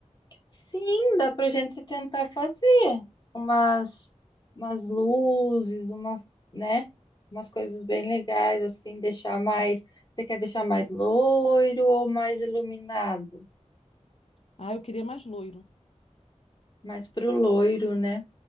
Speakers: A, on the left (about 35°); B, on the left (about 55°).
A: Sim, dá pra gente tentar fazer umas, umas luzes, umas, né? Umas coisas bem legais, assim, deixar mais. Você quer deixar mais loiro ou mais iluminado?
B: Ah, eu queria mais loiro.
A: Mais pro loiro, né?